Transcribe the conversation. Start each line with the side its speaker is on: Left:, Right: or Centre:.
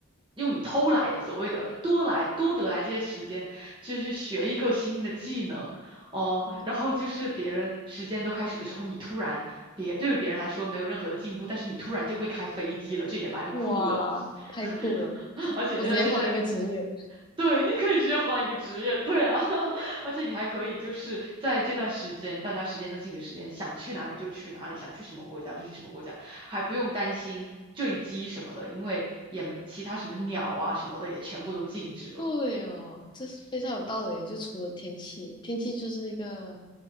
Right: 用你偷来的所谓的多来多得来这些时间，就是学一个新的技能哦，
Left: 对对
Right: 然后就是别人时间都开始的时候，你突然别对于别人来说没有任何的进步，但是你突然就会开飞机了，这也蛮酷的。
Left: 哇，太酷了！
Right: <laughs> 而且而且在
Left: 我直接换一个职业。
Right: 对，你可以直接换一个职业，对啊，<laughs> 而且你还可以就是在这段时间，大家时间都静止时间，想去哪里就去哪里，想去什么国家就去什么国家，还不用担心坠机什么的，因为也没其他什么鸟啊什么的也全部都静止了，
Left: 对哦，这是非常有道理的就除了天气，天气就是一个，